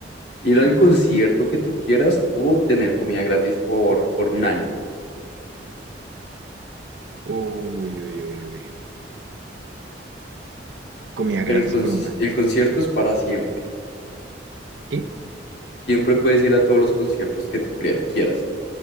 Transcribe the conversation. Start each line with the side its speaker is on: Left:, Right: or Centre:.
Left: Ir al
Right: Dale,
Left: concierto
Right: dale.
Left: que tú quieras o tener comida gratis por, por un año.
Right: Uy, uy, uy, uy. Comida
Left: Pero
Right: gratis
Left: el, conci-
Right: por un año.
Left: el concierto es para siempre.
Right: ¿Qué?
Left: Siempre puedes ir a todos los conciertos que tú crea- quieras.